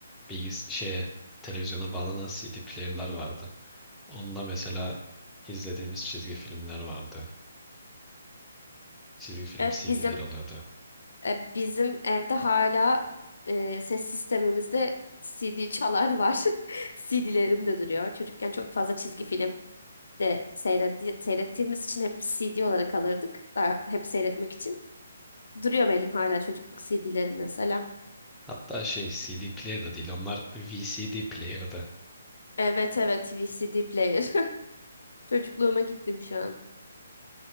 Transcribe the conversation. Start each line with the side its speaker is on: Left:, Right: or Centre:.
Centre: bilgis şeye televizyona bağlanan CD player'lar vardı. Onda mesela izlediğimiz çizgi filmler vardı. Çizgi film
Left: Evet
Centre: CD'ler
Left: bizim
Centre: oluyordu.
Left: e, bizim evde hala e, ses sistemimizde CD çalar var. <laughs> CD'lerim de duruyor. Çocukken çok fazla çizgi film de seyretti, seyrettiğimiz için hep CD olarak alırdık. Daha hep seyretmek için. Duruyor benim hala çocukluk CD'lerim mesela.
Centre: Hatta şey CD player da değil onlar VCD player'dı.
Left: Evet evet VCD player. <laughs> Çocukluğuma gittim şu an.